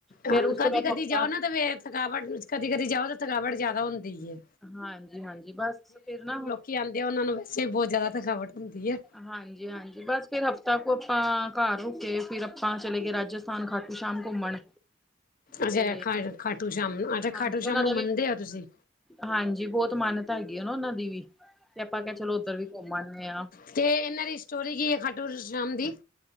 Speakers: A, in the centre; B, on the left.
A: ਫੇਰ
B: ਹਾਂ
A: ਉਸ ਤੋਂ
B: ਕਦੀ-ਕਦੀ
A: ਬਾਅਦ ਹਫ਼ਤਾ
B: ਜਾਓ ਨਾ ਵੇਖ ਥਕਾਵਟ ਚ ਕਦੀ-ਕਦੀ ਜਾਓ ਤਾਂ ਥਕਾਵਟ ਜ਼ਿਆਦਾ ਹੁੰਦੀ ਏ।
A: ਹਾਂਜੀ-ਹਾਂਜੀ ਬਸ ਫਿਰ ਨਾਂ
B: ਕੀ ਆਉਂਦੇ ਆ ਉਹਨਾਂ ਨੂੰ ਵੈਸੇ ਬਹੁਤ ਜ਼ਿਆਦਾ ਥਕਾਵਟ ਹੁੰਦੀ ਹੈ।
A: ਹਾਂਜੀ-ਹਾਂਜੀ ਬਸ ਫਿਰ ਹਫ਼ਤਾ ਕੁ ਆਪਾਂ ਘਰ ਰੁਕੇ, ਫਿਰ ਆਪਾਂ ਚਲੇ ਗਏ ਰਾਜਸ ਖਾਨ ਖਾਟੂ ਸ਼ਾਮ ਘੁੰਮਣ
B: ਅੱਛਾ
A: ਤੇ
B: ਖਾ ਖਾਟੂ ਸ਼ਾਮ ਨੂੰ ਅੱਛਾ
A: ਹਾਂਜੀ
B: ਖਾਟੂ
A: ਉਹਨਾਂ
B: ਸ਼ਾਮ ਨੂੰ
A: ਦਾ
B: ਮੰਨਦੇ
A: ਵੀ
B: ਹੋ ਤੁਸੀਂ।
A: ਹਾਂਜੀ ਬਹੁਤ ਮਾਨਤਾ ਹੈਗੀ ਆ ਨਾਂ ਉਹਨਾਂ ਦੀ ਵੀ, ਤੇ ਆਪਾਂ ਕਿਹਾ ਚਲੋ ਉੱਧਰ ਵੀ ਘੁੰਮ ਆਂਦੇ ਹਾਂ।
B: ਅਤੇ ਇਹਨਾਂ ਦੀ ਸਟੋਰੀ ਕੀ ਹੈ ਖਾਟੂ ਸ਼ਾਮ ਦੀ।